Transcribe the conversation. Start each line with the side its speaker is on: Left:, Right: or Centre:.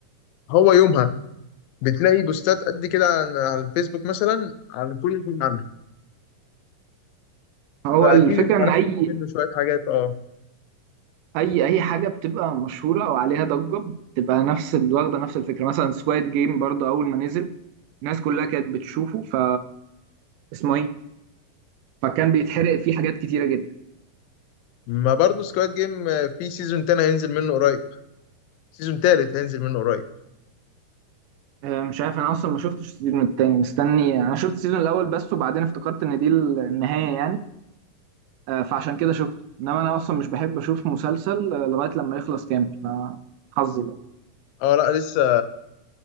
Left: هو يومها بتلاقي بوستات قد كده عن- على الفيسبوك مثلا عن كل حاجه عنه
Right: هو
Left: فاكيد
Right: الفكره
Left: اتحرقت
Right: ان اي
Left: منه شويه حاجات اه
Right: اي اي حاجه بتبقى مشهوره او عليها ضجه بتبقى نفس ال- واخده نفس الفكره مثلا سواد جيم برضه اول ما نزل الناس كلها كانت بتشوفه ف اسمه ايه فكان بيتحرق فيه حاجات كتيره جدا
Left: ما برضه سكواد جيم في سيزون تاني هينزل منه قريب سيزون تالت هينزل منه قريب
Right: آه، مش عارف انا اصلا ما شفتش السيزون التاني مستني انا شفت السيزون الاول بس وبعدين افتكرت ان دي النهايه يعني آه، فعشان كده شفته انما انا اصلا مش بحب اشوف مسلسل آه، لغايه لما يخلص كامل فحظي بقى
Left: اه لا لسه